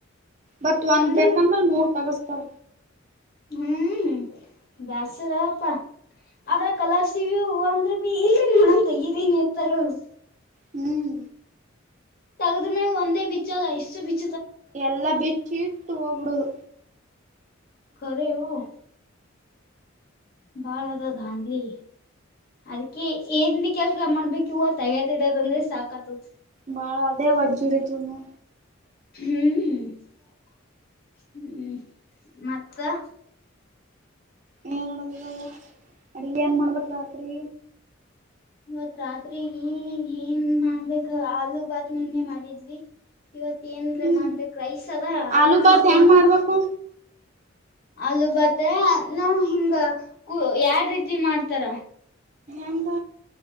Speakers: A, on the right; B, on the left.
A: ಬತ್ ಒಂದ್
B: ಅಂದ್ರ
A: ಬೇಕಂದ್ರೆ ನೂರ್ ತಗಸ್ತಾರ
B: ಹ್ಮ್ ಬ್ಯಸ್ರ ಅಪ್ಪಾ ಅದ್ರ ಕಲರ್ಸಿವ್ಯವು ಅಂದ್ರ ಬಿ ಇಲ್ರಿ ನೋಣಂತ ಈರಿನ್ ಎತ್ತಾರ ಅವರು
A: ಹ್ಮ್
B: ತಗ್ದ್ಮೇ ಒಂದೇ ಬಿಚ್ಚಲ್ಲ ಇಷ್ಟು ಬಿಚ್ಚ
A: ಎಲ್ಲಾ ಬಿಚ್ಚಿ ಇಟ್ಟು ಹೋಗ್ಬಡುದು
B: ಕರೆ ಹ ಬಾಳ ಅದ ಧಾಧಲಿ ಅದಕ್ಕೆ ಏನ್ ಕೆಲ್ಸ ಮಾಡ್ಬೇಕ ಇವ ತಗದ ಇಡೋದಂದ್ರೆ ಸಾಕತದ
A: ಬಾಳ ಅದೇ ಒಜ್ಜುರಿತುನು
B: ಹ್ಮ್ ಹ್ಮ್ ಹ್ಮ್ ಮತ್ತ
A: ಏನ್ಡದದ ಅಡಿ ಏನ್ ಮಾಡ್ಬೇಕ ರಾತ್ರಿ
B: ಇವತ್ ರಾತ್ರಿ ಏನ್ ಮಾಡ್ಬೇಕ ಆಲೂ ಭಾತ್ ನಿನ್ನೆ ಮಾಡಿದ್ವಿ ಇವತ್ ಏನ್
A: ಹ್ಮ್
B: ಮಾಡ್ಬೇಕ ರ್ರೈಸ್ ಅದ ಆದದ್ರ
A: ಆಲೂ
B: ನೀನ್
A: ಬಾತ್
B: ತ
A: ಹೆಂಗ್
B: ಮಾಡ
A: ಮಾಡ್ಬೇಕು
B: ಅಲ್ಲ ಬತ್ತ ನಾವ್ ಹಿಂಗ ಯಾರ್ ರೀತಿ ಮಾಡ್ತಾರ
A: ಎಂಗ